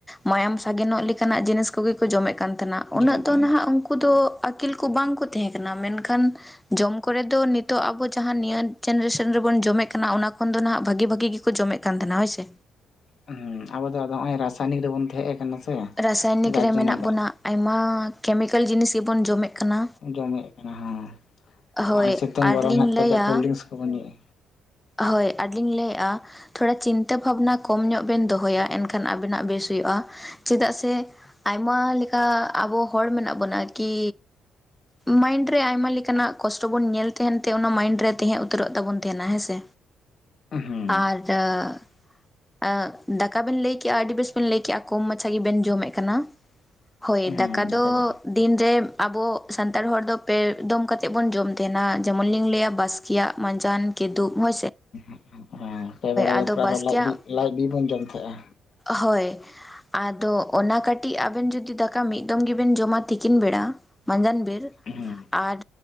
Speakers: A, in the centre; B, on the left (about 55°).
A: ᱢᱟᱭᱟᱢ ᱥᱟᱜᱮᱱᱚᱜ ᱞᱮᱠᱟᱱᱟᱜ ᱡᱤᱱᱤᱥ ᱠᱚᱜᱮ ᱠᱚ ᱡᱚᱢᱮᱫ ᱠᱟᱱ ᱛᱟᱦᱮᱱᱟ ᱩᱱᱟᱹᱜ
B: ᱡᱚᱢᱮᱫ ᱛᱟᱦᱮᱸ
A: ᱫᱚ ᱱᱟᱦᱟᱜ ᱩᱱᱠᱩ ᱫᱚ ᱟᱹᱠᱤᱞ ᱠᱚ ᱵᱟᱝᱠᱚ ᱛᱟᱦᱮᱸ ᱠᱟᱱᱟ ᱢᱮᱱᱠᱷᱟᱱ ᱡᱚᱢ ᱠᱚᱨᱮ ᱫᱚ ᱱᱤᱛᱚᱜ ᱟᱵᱚ ᱡᱟᱦᱟᱸ ᱱᱤᱭᱟᱹ ᱡᱮᱱᱮᱨᱮᱥᱟᱱ ᱨᱮᱵᱚᱱ ᱡᱚᱢᱮᱜ ᱠᱟᱱᱟ ᱚᱱᱟ ᱠᱷᱚᱱ ᱫᱚ ᱱᱟᱜ ᱵᱷᱟᱹᱜᱤ ᱵᱷᱟᱹᱜᱤ ᱜᱮ ᱡᱚᱢᱮᱫ ᱠᱟᱱ ᱛᱟᱦᱮᱱᱟ ᱦᱳᱭ ᱥᱮ᱾
B: ᱦᱚᱸ ᱟᱵᱚ ᱫᱚ ᱟᱫᱚ ᱱᱚᱜᱼᱚᱭ ᱨᱟᱥᱟᱭᱚᱱᱤᱠ ᱨᱮᱵᱚᱱ ᱦᱮᱡ ᱠᱟᱱᱟ ᱥᱮ
A: ᱨᱟᱥᱟᱭᱚᱱᱤᱠ
B: ᱡᱟᱨ
A: ᱨᱮ
B: ᱡᱚᱱᱱᱚ
A: ᱢᱮᱱᱟᱜ
B: ᱫᱚ
A: ᱵᱚᱱᱟ᱾ ᱟᱭᱢᱟ ᱠᱮᱢᱤᱠᱮᱞ ᱡᱤᱱᱤᱥ ᱜᱮᱵᱚᱱ ᱡᱚᱢᱮᱫ ᱠᱟᱱᱟ
B: ᱡᱚᱢᱮᱫ ᱠᱟᱱᱟ ᱦᱮᱸ
A: ᱦᱳᱭ
B: ᱟᱨ ᱥᱤᱛᱩᱝ
A: ᱟᱨᱞᱤᱧ
B: ᱜᱚᱨᱚᱢ ᱦᱮᱡ ᱠᱟᱛᱮᱫ
A: ᱞᱟᱹᱭᱟ
B: ᱠᱳᱞ ᱰᱨᱤᱝᱠᱤ᱾ᱥ ᱠᱚᱵᱚᱱ ᱧᱩᱭᱼᱟ
A: ᱦᱳᱭ ᱟᱹᱫᱤᱧ <unintelligible> ᱞᱟᱹᱭ ᱮᱫᱼᱟ᱾ ᱛᱷᱚᱲᱟ ᱪᱤᱱᱛᱟᱹ ᱵᱷᱟᱵᱱᱟ ᱠᱚᱢ ᱧᱚᱜ ᱵᱤᱧ ᱫᱚᱦᱚᱭᱟ᱾ ᱮᱱᱠᱷᱟᱱ ᱟᱹᱵᱤᱱᱟᱜ ᱵᱮᱥ ᱦᱩᱭᱩᱜᱼᱟ᱾ ᱪᱮᱫᱟᱜ ᱥᱮ, ᱟᱭᱢᱟ ᱞᱮᱠᱟ ᱟᱵᱚ ᱦᱚᱲ ᱢᱮᱱᱟᱜ ᱵᱚᱱᱟ, ᱟᱨᱠᱤ ᱢᱟᱭᱤᱱᱰ ᱨᱮ ᱟᱭᱢᱟ ᱞᱮᱠᱟᱱᱟᱜ ᱠᱚᱥᱴᱚ ᱵᱚᱱ ᱧᱮᱞ ᱛᱟᱸᱦᱮᱱ ᱛᱮ ᱚᱱᱟ ᱢᱟᱭᱤᱱᱰ ᱨᱮ ᱛᱟᱦᱮᱸ ᱩᱛᱟᱹᱨᱚᱜ ᱛᱟᱵᱚᱱ ᱛᱟᱦᱮᱱᱟ ᱦᱮᱸᱥᱮ?
B: ᱦᱮᱸ
A: ᱟᱨ ᱡᱟᱜ ᱮᱸ ᱫᱟᱠᱟ ᱵᱤᱱ ᱞᱟᱹᱭ ᱠᱮᱫᱼᱟ ᱟᱹᱰᱤ ᱵᱮᱥ ᱵᱤᱱ ᱞᱟᱹᱭ ᱠᱮᱫ-ᱟ ᱠᱚᱢ ᱢᱟᱪᱷᱟ ᱜᱮᱵᱤᱱ ᱡᱚᱢᱮᱫ ᱠᱟᱱᱟ᱾ ᱦᱳᱭ
B: ᱦᱮᱸ
A: ᱫᱟᱠᱟ ᱫᱚ
B: ᱡᱚᱢ
A: ᱫᱤᱱ ᱨᱮ ᱟᱵᱚ ᱥᱟᱱᱛᱟᱲ ᱦᱚᱲ ᱫᱚ ᱯᱮ ᱫᱚᱢ ᱠᱟᱛᱮᱫ ᱵᱚᱱ ᱡᱚᱢ ᱛᱟᱸᱦᱮᱱᱟ ᱡᱮᱢᱚᱱ ᱞᱤᱧ ᱞᱟᱹᱭᱟ ᱵᱟᱥᱠᱮ ᱠᱤᱭᱟᱜ, ᱢᱟᱡᱟᱱ, ᱠᱤᱫᱩᱵᱽ ᱦᱳᱭ
B: <inaudible> ᱯᱮ ᱵᱮᱲᱟ
A: ᱟᱫᱚ
B: ᱜᱮ ᱟᱨᱦᱚᱸ
A: ᱵᱟᱥᱠᱮᱭᱟᱜ
B: ᱞᱟᱡ ᱵᱤ ᱞᱟᱡ ᱵᱤ ᱵᱚᱱ ᱡᱚᱢ ᱛᱟᱸᱦᱮᱫ-ᱟ᱾
A: ᱦᱳᱭ ᱟᱫᱚ ᱚᱱᱟ ᱠᱟᱹᱴᱤᱡ ᱟᱵᱤᱱ ᱡᱩᱫᱤ ᱫᱟᱠᱟ ᱢᱤᱫ ᱫᱚᱢ ᱜᱮᱵᱤᱱ ᱡᱚᱢᱟ ᱛᱤᱠᱤᱱ ᱵᱮᱲᱟ ᱢᱟᱡᱟᱱ ᱵᱮᱨ
B: ᱦᱮᱸ
A: ᱟᱨ